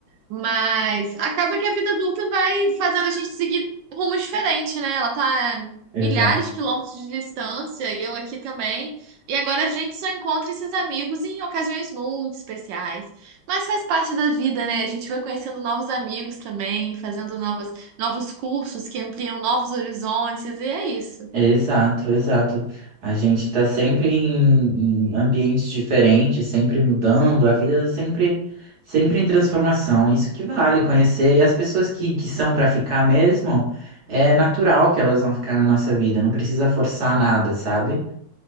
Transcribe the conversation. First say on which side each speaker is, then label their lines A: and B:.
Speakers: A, on the right (about 75°); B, on the right (about 60°).
A: mas acaba que a vida adulta vai fazendo a gente seguir rumo diferente, né? Ela tá a
B: exato.
A: milhares de quilômetros de distância e eu aqui também. E agora a gente só encontra esses amigos em ocasiões muito especiais. Mas faz parte da vida, né? A gente vai conhecendo novos amigos também, fazendo novas, novos cursos que ampliam novos horizontes, e é isso.
B: Exato, exato. A gente está sempre em, em ambientes diferentes, sempre mudando, a vida tá sempre, sempre em transformação. Isso que vale conhecer. E as pessoas que, que são para ficar mesmo, é natural que elas vão ficar na nossa vida, não precisa forçar nada, sabe?